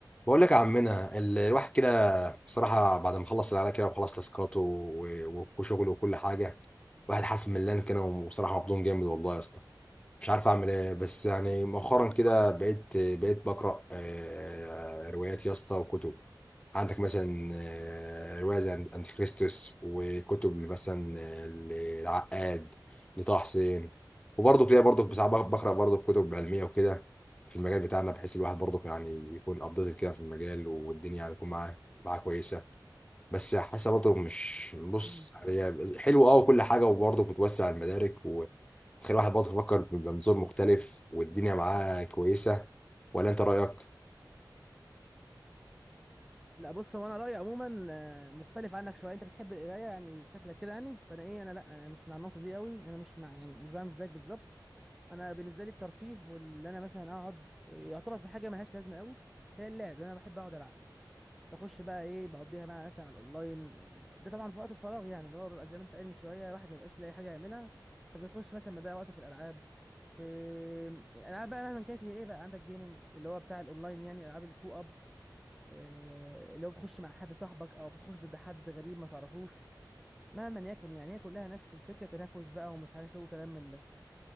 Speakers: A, on the left; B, in the centre.
A: بقول لك يا عمنا ال- الواحد كده بصراحة بعد ما خلص العيال كده وخلص تاسكاته و- و- وشغله وكل حاجة الواحد حاسس ملان كده وبصراحة مبدون جامد والله يا اسطى مش عارف اعمل ايه بس يعني مؤخرا
B: مم.
A: كده بقيت بقيت بقرا آه، روايات يا اسطى وكتب عندك مثلا آه، روايه زي انتيخريستوس وكتب مثلا آه، للعقاد لطه حسين وبرضه كده برضه ساعات بقرا برضه كتب علميه وكده في المجال بتاعنا بحيث الواحد برضه يعني يكون ابديتد كده في المجال والدنيا يعني تكون معاه معاه كويسه بس حاسه برضه مش بص
B: مم.
A: هي حلو اه وكل حاجه وبرضه بتوسع المدارك وتخلي الواحد برضه يفكر بمنظور مختلف والدنيا معاه كويسه ولا انت رايك؟
B: لا بص هو انا رايي عموما آه، مختلف عنك شويه انت بتحب القرايه يعني شكلك كده يعني فانا ايه انا لا انا مش مع النقطه دي قوي انا مش مع يعني مش بعمل زيك بالظبط انا بالنسبه لي الترفيه واللي انا مثلا اقعد إيه، يعتبر في حاجه ملهاش لازمه قوي هي اللعب انا بحب اقعد العب بخش بقى ايه بقضيها بقى مثلا على الاونلاين إيه، ده طبعا في وقت الفراغ يعني اللي هو بيبقى زي ما انت قايل من شويه الواحد ما بيبقاش لاقي حاجه يعملها فبيخش مثلا بيضيع وقته في الالعاب في يعني العاب بقى مهما كانت هي ايه بقى عندك جيمنج اللي هو بتاع الاونلاين يعني العاب الكو اب آه، لو بتخش مع حد صاحبك او بتخش ضد حد غريب ما تعرفوش مهما يكن يعني هي كلها نفس الفكره تنافس بقى ومش عارف ايه وكلام من ده